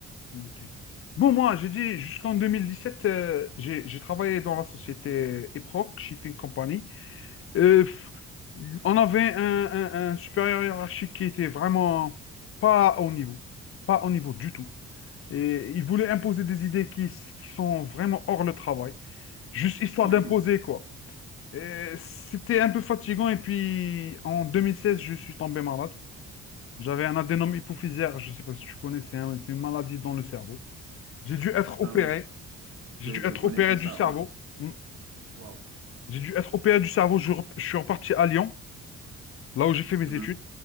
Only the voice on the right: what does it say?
chose.
<laughs>
Non,
non,
je,
je
connais
pas
ça.
Waouh.
waouh.
Mhm.